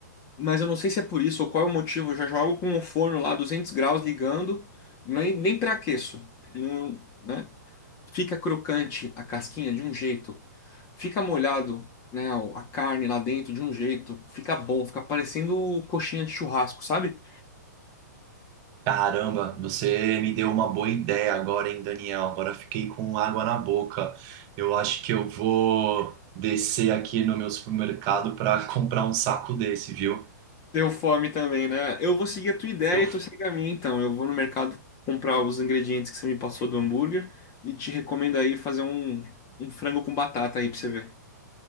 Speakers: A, on the left; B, on the right.
A: Mas eu não sei se é por isso ou qual é o motivo. Eu já jogo com o forno lá 200 graus ligando, nem, nem pré-aqueço. Ele não- né? Fica crocante a casquinha de um jeito, fica molhado, né, a carne lá dentro de um jeito, fica bom, fica parecendo coxinha de churrasco, sabe?
B: Caramba, você me deu uma boa ideia agora, hein, Daniel? Agora fiquei com água na boca. Eu acho que eu vou descer aqui no meu supermercado para <laughs> comprar um saco desse, viu?
A: Deu fome também, né? Eu vou seguir a tua ideia
B: Deu
A: e tu segue a minha, então. Eu vou no mercado comprar os ingredientes que você me passou do hambúrguer e te recomendo aí fazer um, um frango com batata aí pra você ver.